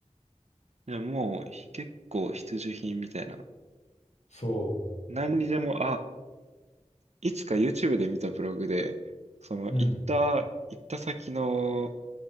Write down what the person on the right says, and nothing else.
でももうひ結構必需品みたいな。
何にでも、あ、い、いつか YouTube で見たブログで、その行った、
行った先の